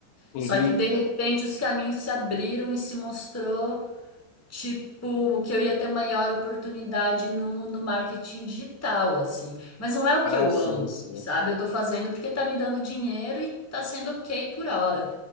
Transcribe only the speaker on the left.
uhum.
Ah,
sim,
sim.